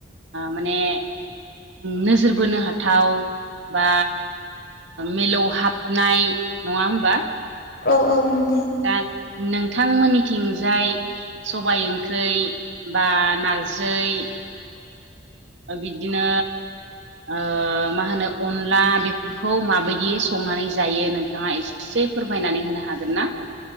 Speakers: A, on the right (about 70°); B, on the left (about 50°).
A: माने नोजोर बोनो हाथाव बा मिलौहाबनाय नंङा होमबा।
B: औ औ नोंगौ।
A: दा नोंथां मोननि थिंजाय सबाय ओंख्रै बा नारजै बिदिनो ओ मा होनो अनला बेफोरखौ माबायदि संनानै जायो नोंथांङा एसे- एसे फोरमायनानै होनो हागोन ना